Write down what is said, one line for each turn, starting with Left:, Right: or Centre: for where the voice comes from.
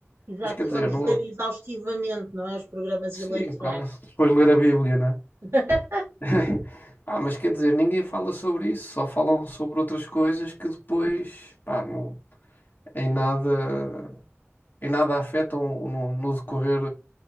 Right: Exato,
Left: Mas quer
Right: se
Left: dizer,
Right: formos
Left: não,
Right: ler exaustivamente, não é, os programas
Left: sim,
Right: eleitorais.
Left: claro, se depois ler a Bíblia, né?
Right: <laughs>
Left: <laughs> Ah, mas quer dizer, ninguém fala sobre isso, só falam sobre outras coisas que depois, pá, não, em nada, em nada afetam no, no decorrer